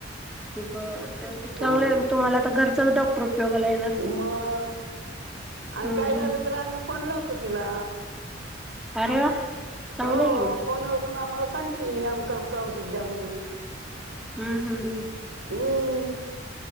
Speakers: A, in the centre; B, on the right.
A: बर बर म चांगलाय
B: हम्म
A: तुम्हाला आता घरचाचं डॉक्टर उपयोगाला येणार.
B: मग आणि
A: हम्म
B: काय झालं
A: हम्म
B: तर आम्ही फोन लावतो तिला.
A: अरे वा चांगलं
B: हो
A: आहे की मग
B: फोनवरून आम्हाला स सांगती आमकं आमकं औषध घ्या म्हणून.
A: हम्म हम्म हम्म.
B: ह्म्म्म.